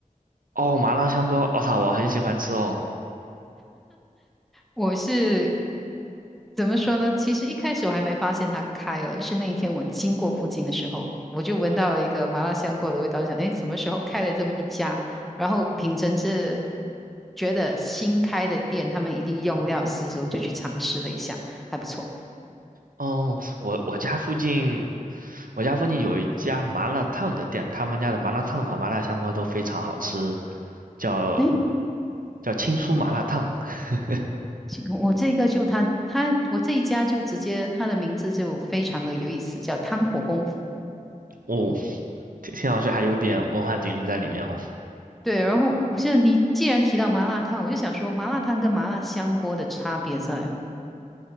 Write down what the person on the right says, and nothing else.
哦，麻辣香锅，我操，我很喜欢吃哦。
哦，我我家附近我家附近有一家麻辣烫的店，他们家的麻辣烫和麻辣香锅都非常好吃，叫
叫青苏麻辣烫。<laughs>
哦，听听上去还有点文化底蕴在里面哦。